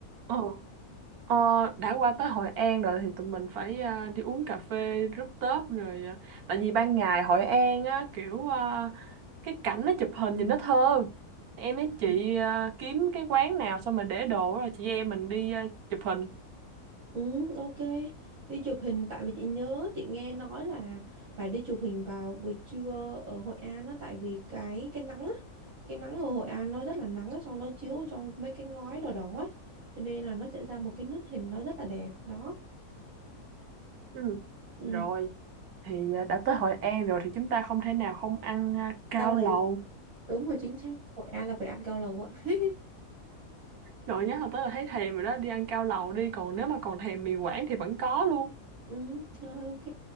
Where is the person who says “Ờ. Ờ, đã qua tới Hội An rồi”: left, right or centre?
Right